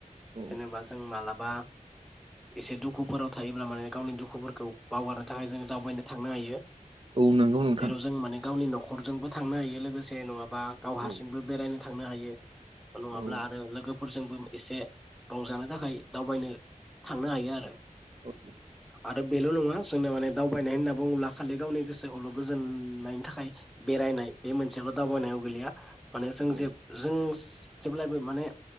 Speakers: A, on the right (about 40°); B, in the centre.
A: औ
B: जेनेबा जों मालाबा बा एसे दुखुफोराव थायोब्ला माने गावनि दुखुफोरखौ बावगारनो थाखाय जों दावबायनो थांनो हायो
A: औ नंगौ नोंथां
B: जेराव जों माने गावनि नखर खरजोंबो थांनो हायो लोगोसे नङाब बा गाव हारसिंबो
A: औ
B: बेरायनो थांनो हायो। नङाब्ला
A: औ
B: आरो लोगो। फोरजोंबो एसे रंजानो थाखाय दावबायनो थांनो हायो आरो।
A: <inaudible>
B: आरो बेल नङा जोंनो माने दावबायनाय होनना बुङोब्ला खालि गावनि गोसोखौल गोजोननायनि थाखाय बेरायनाय बे मोनसेल दावबायनायाव गोलैया। माने जों
A: औ
B: जे जों जेब्लायबो माने